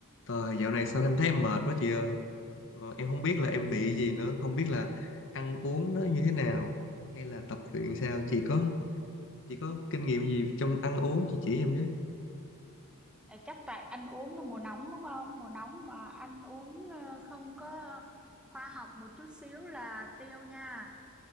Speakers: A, on the left; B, in the centre.
A: Trời, dạo này sao em thấy em mệt quá chị ơi. Ờ, em không biết là em bị gì nữa, không biết là ăn uống nó như thế nào hay là tập luyện sao. Chị có chị có kinh nghiệm gì trong ăn uống chị chỉ em với.
B: À, Chắc tại ăn uống là mùa nóng đúng không? Mùa nóng mà ăn uống ờ, không có khoa học một chút xíu là tiêu nha.